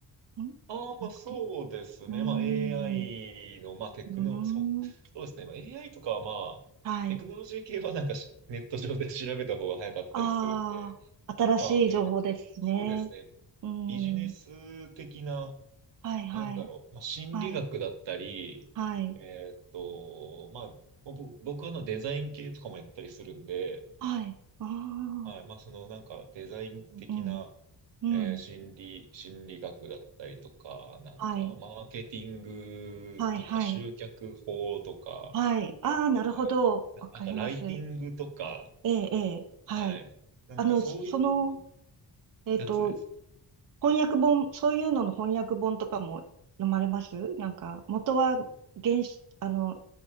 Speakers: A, on the right (about 50°); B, on the right (about 80°).
A: んじゃなくて。
B: ああ、まあそうですね。
A: うーん。
B: まあ AI
A: う
B: の、まあテクノロ、
A: ーん。
B: そう、そうですね。まあ AI とかはまあ、
A: はい。
B: テクノロジー系はなんかしネット上で調べた方が早かったりするんで、
A: ああ、新しい情報ですね。
B: なんか、えーと、そうですね。
A: うー
B: ビジネス的な、
A: ん。はい、はい。
B: なんだろう、まあ心理学だったり、
A: はい。はい。
B: えっと、まあ、ぼ僕はあのデザイン系とかもやったりするんで、
A: はい。ああ。
B: はい、まあそのなんかデザイン的な、
A: うん。うん。
B: えー心理、心理学だったりとか、なんか、
A: はい。
B: マーケティングとか、
A: はい、はい。
B: 集客法とか、
A: はい。ああ、なるほど。
B: はい。なんかあと、
A: わかります。
B: ライティングとか、
A: ええ、ええ、はい。
B: はい。なんか、
A: あの、
B: そういう
A: その、えっと、
B: やつです。
A: 翻訳本、そういうのの翻訳本とかも飲まれますなんか、元は原始、あの、